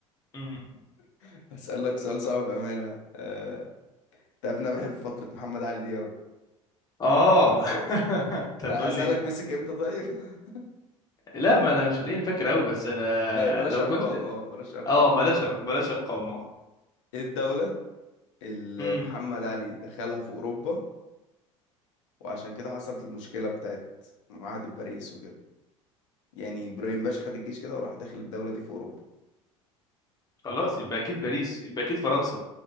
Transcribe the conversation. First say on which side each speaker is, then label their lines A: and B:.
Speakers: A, on the left; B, on the left.
A: امم
B: <laughs> اسالك سؤال صعب بامانه آه... تعرف إن انا بحب فتره محمد علي دي قوي
A: اه <laughs> انت هتقول
B: اسالك
A: لي
B: مسك امتى طيب <laughs>
A: لا ما انا مش هتلاقيني فاكر قوي بس انا
B: ما- بلاش
A: لو
B: ارقام
A: كنت
B: اه بلاش ارقام
A: اه بلاش أرق- بلاش ارقام اه
B: ايه الدوله اللي
A: امم
B: محمد علي دخلها في اوروبا وعشان كده حصلت المشكلة بتاعت معاهدة باريس وكده يعني إبراهيم باشا خد الجيش كده وراح داخل الدولة دي في أوروبا
A: خلاص يبقى اكيد باريس يبقى اكيد فرنسا